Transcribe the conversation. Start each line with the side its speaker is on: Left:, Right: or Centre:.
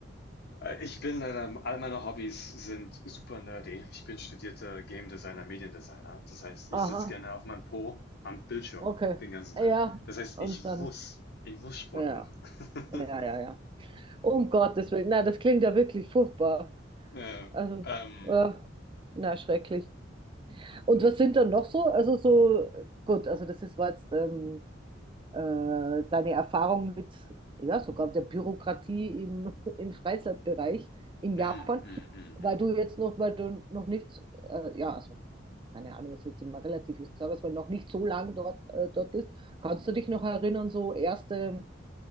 Left: Äh, Ich bin leider, all meine Hobbys sind super nerdy. Ich bin studierter Game Designer, Mediendesigner. Das heißt, ich
Right: Aha,
Left: sitze gerne auf meinem Po am Bildschirm
Right: okay.
Left: den ganzen Tag.
Right: Ja,
Left: Das heißt,
Right: und
Left: ich
Right: dann,
Left: muss, ich muss Sport
Right: ja,
Left: machen. <laughs>
Right: ja, ja, ja. Um Gottes Willen. Na, das klingt ja wirklich furchtbar.
Left: Äh,
Right: Also,
Left: ähm,
Right: äh, na, schrecklich. Und was sind dann noch so? Also so, gut, also das ist war jetzt ähm, äh, deine Erfahrung mit, ja, sogar der Bürokratie im, <laughs> im Freizeitbereich in
Left: mm,
Right: Japan,
Left: mm, mm,
Right: weil
Left: mm.
Right: du jetzt noch, weil du noch nicht, äh, ja, also keine Ahnung, ist jetzt immer relativ, ich sage es mal, noch nicht so lang dort, äh, dort bist. Kannst du dich noch erinnern, so erste